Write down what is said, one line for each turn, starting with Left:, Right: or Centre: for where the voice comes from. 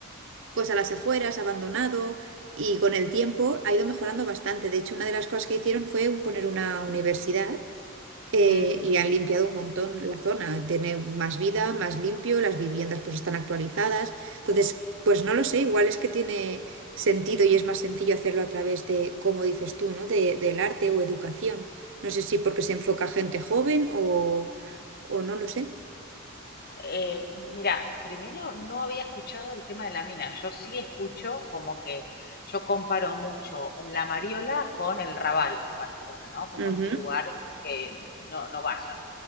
Right: pues a las afueras, abandonado, y con el tiempo ha ido mejorando bastante. De hecho, una de las cosas que hicieron fue poner una universidad eh,
Left: Mm.
Right: y han limpiado un montón la zona. Tiene más vida, más limpio, las viviendas pues están actualizadas. Entonces, pues no lo sé, igual es que tiene sentido y es más sencillo hacerlo a través de, como dices tú, ¿no? De, del arte o educación. No sé si porque se enfoca a gente joven o, o no lo sé.
Left: Eh, mira, primero no había escuchado el tema de la mina. Yo sí escucho como que yo comparo mucho la Mariola con el Raval en Barcelona, ¿no? Como
Right: Ujú.
Left: ese lugar que no, no vayas.